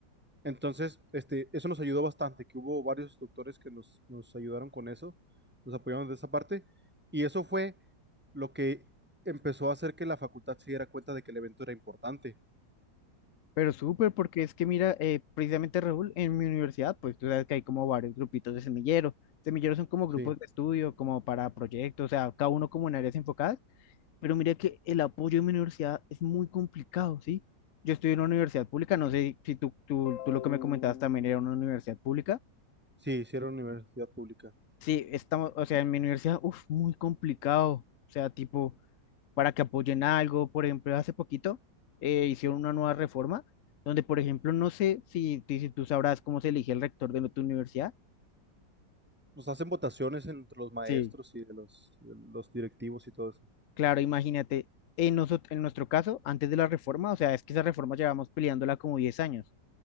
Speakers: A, in the centre; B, on the left.
A: Entonces, este, eso nos ayudó bastante, que hubo varios instructores que nos, nos ayudaron con eso, nos apoyaron de esa parte, y eso fue lo que empezó a hacer que la facultad se diera cuenta de que el evento era importante.
B: Pero súper, porque es que mira, eh, precisamente Raúl, en mi universidad, pues tú sabes que hay como varios grupitos de semilleros. Semilleros son como grupos
A: Sí,
B: de estudio, como para proyectos, o sea, cada uno como en áreas enfocadas. Pero mira que el apoyo en mi universidad es muy complicado, ¿sí? Yo estoy en una universidad pública, no sé si tú, tú, tú lo que me comentabas también era una universidad pública.
A: sí, hicieron universidad pública.
B: Sí, estamos, o sea, en mi universidad, uff, muy complicado. O sea, tipo. para que apoyen algo. Por ejemplo, hace poquito eh, hicieron una nueva reforma donde, por ejemplo, no sé si, si tú sabrás cómo se elige el rector de tu universidad.
A: Nos hacen votaciones entre los maestros
B: Sí,
A: y de los, de los directivos y todo eso.
B: Claro, imagínate, en, noso- en nuestro caso, antes de la reforma, o sea, es que esa reforma llevamos peleándola como 10 años.